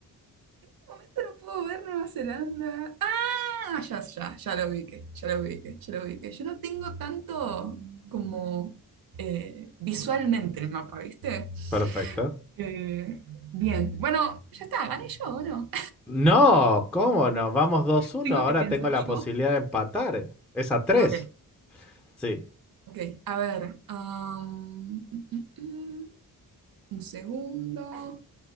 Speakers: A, on the right; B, in the centre.
A: De momento no puedo ver Nueva Zelanda. Ah, ya, ya, ya lo ubiqué, ya lo ubiqué, ya lo ubiqué. Yo no tengo tanto como eh, visualmente el mapa, ¿viste?
B: Perfecto.
A: Eh, bien, bueno, ya está, gané yo, ¿o no?
B: No, ¿cómo no? Vamos dos
A: <laughs>
B: uno.
A: Tengo
B: ahora
A: que pensar
B: tengo la
A: yo.
B: posibilidad de empatar. Es a 3.
A: Ok,
B: Sí.
A: ok, a ver. am, mm, mm, mm, un segundo.